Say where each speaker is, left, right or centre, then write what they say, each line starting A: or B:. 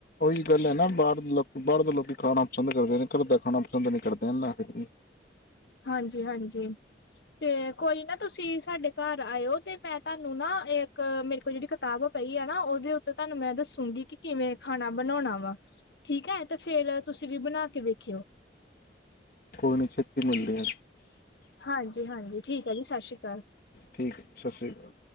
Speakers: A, on the left; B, on the left.
A: ਉਹੀ ਗੱਲ ਹੈ ਨਾ ਬਾਹਰ ਦੇ ਲੋਕ ਬਾਹਰ ਦੇ ਲੋਕੀ ਖਾਣਾ ਪਸੰਦ ਕਰਦੇ ਨੇ ਘਰ ਦਾ ਖਾਣਾ ਪਸੰਦ ਨਹੀਂੀ ਕਰਦੇ ਫਿਰ ਵੀ
B: ਹਾਂਜੀ ਹਾਂਜੀ ਤੇ ਕੋਈ ਨਾ ਤੁਸੀਂ ਸਾਡੇ ਘਰ ਆਇਓ ਤੇ ਮੈਂ ਤੁਹਾਨੂੰ ਨਾ ਇੱਕ ਮੇਰੇ ਕੋਲ ਜਿਹੜੀ ਕਿਤਾਬ ਪਈ ਆ ਨਾ ਉਹਦੇ ਉੱਤੇ ਤੁਹਾਨੂੰ ਮੈਂ ਦੱਸੂਗੀ ਕਿ ਕਿਵੇਂ ਖਾਣਾ ਬਣਾਉਣਾ ਵਾ ਠੀਕ ਹੈ ਤੇ ਫੇਰ ਤੁਸੀਂ ਵੀ ਬਣਾ ਕੇ ਵੇਖਿਓ
A: ਓਹਨੂੰ ਛੇਤੀ ਮੰਨਦੇ ਏ
B: ਹਾਂਜੀ ਹਾਂਜੀ ਠੀਕ ਹੈ ਜੀ ਸਤਿ ਸ਼੍ਰੀ ਅਕਾਲ
A: ਠੀਕ ਹੈ ਸਤਿ ਸ੍ਰੀ ਅਕਾਲ